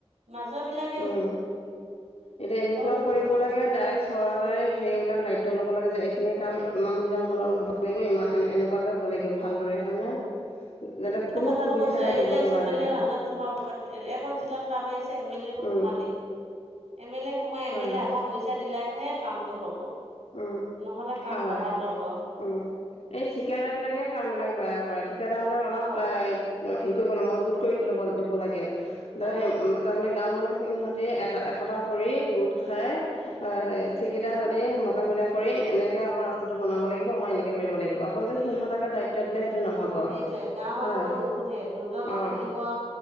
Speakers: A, on the right; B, on the left.
A: মাজৰ বিলাক।
B: উম এতিয়া এনেকুৱা
A: সেইটো
B: কৰিব
A: কথা
B: লাগে ডাইৰেক্ট। চৰকাৰে সেইবিলাক দায়িত্ব ল'ব লাগে যে এইখিনি কাম ইমান দিনৰ মূলম হ'ব লাগিব ইমান এনেকুৱাকৈ হ'ব লাগিব। ভালদৰে হয়নে। যাতে
A: এতিয়া
B: কোনো
A: কথাটো
B: সুবিধা
A: কৈছো এম
B: দিব
A: এল এ
B: নোৱাৰে
A: চেমল এ মাজত সোমাব। এ এখন জিলাত কাম আহিছে এম এল এ তটো
B: উম
A: সোমালেই এম এল এ সোমাই এম
B: হয়
A: এল এ আধা পইচা। পইচা দিলে হে কামটো হ'ব
B: উম
A: নহ'লে কাম
B: হয়।
A: বঢ়াই ল'ব।
B: উম এই ঠিকাদাৰ বিলাকে কাম বিলাক বেয়া কৰে ঠিকাদাৰ বিলাক অলপ
A: অ
B: এ। হেৰি কৰিব লাগে মজবুত কৰি ল'ব দিব লাগে ত
A: উম
B: তাৰমানে গাওৰ মানুহ খিনি সিহঁতে হত। একতা কৰি গোট খাই অ হাই থিকেদা হাৰি। মকা- মিলা কৰি এনেকে আমাৰ ৰাস্তাটো বনাব লাগিব আমাৰ এনেকে কৰিব লাগিব অকল যে সিহঁতাকে দায়িত্ব। তত দিলে সেইটো নহ'ব।
A: সেইটয়ে গাঁওৰ মানুহক
B: হয়
A: নোসোধে দুজনক
B: অ'
A: সুধিব আ,